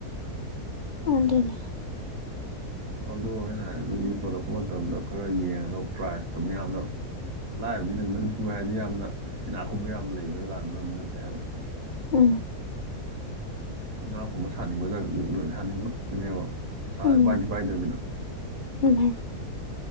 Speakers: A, on the left; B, on the right.
A: ꯑꯗꯨꯅꯦ
B: ꯑꯗꯨ ꯑꯩ ꯍꯥꯢꯗꯤ ꯌꯣꯜꯂꯛꯄ ꯃꯇꯝꯗ ꯈꯔ ꯌꯦꯡꯉꯒ ꯄ꯭ꯔꯥꯏꯖꯇꯣ ꯃꯌꯥꯝꯅ ꯂꯥꯏꯔꯕꯅꯤꯅ ꯃꯅꯤꯄꯨꯔ ꯍꯥꯏꯗꯤ ꯌꯥꯝꯅ ꯏꯅꯥꯛ ꯈꯨꯨꯝꯕ ꯌꯥꯝꯅ ꯂꯩꯕ ꯖꯒꯥ ꯂꯝ ꯅꯠꯇꯦ ꯍꯥꯏꯕ
A: ꯑ
B: ꯏꯅꯥꯀꯨꯟꯕ ꯁꯥꯅꯤꯡꯕ ꯁꯥꯅꯤꯡꯕꯉꯥꯛꯇꯅꯦꯕ ꯁꯥꯗꯤ
A: ꯎꯝ
B: ꯄꯥꯏꯗꯤ ꯄꯥꯏꯗ꯭ꯔꯥꯕꯅꯤꯅꯥ
A: ꯑꯗꯨꯃꯥꯏꯅ